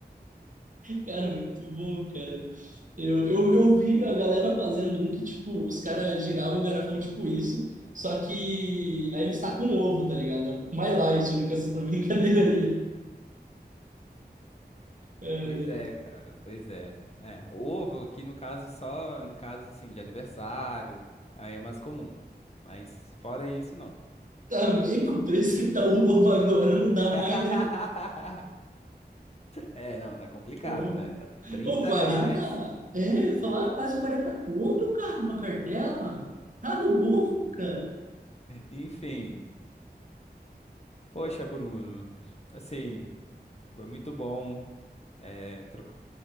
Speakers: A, on the right (about 50°); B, on the left (about 40°).
A: Cara, muito bom, cara. Eu, eu, eu vi a galera fazendo um que, tipo, os caras giravam o garrafão tipo isso, só que aí eles tacam um ovo, tá ligado? É um pouco mais light do que essa <laughs> brincadeira aí. É,
B: Pois é, cara, pois é. É, ovo aqui no caso só em caso assim de aniversário, aí é mais comum. Mas fora isso, não.
A: também com o preço que tá o ovo agora, não dá
B: <laughs>
A: mais, né?
B: <laughs> É, não, tá complicado,
A: Pô,
B: né? Tá 30
A: Ô, 40
B: reais.
A: É, eu ia falar quase 40 conto, cara, uma cartela. Tá louco, cara
B: Enfim. Poxa, Bruno. Assim, foi muito bom é, troca-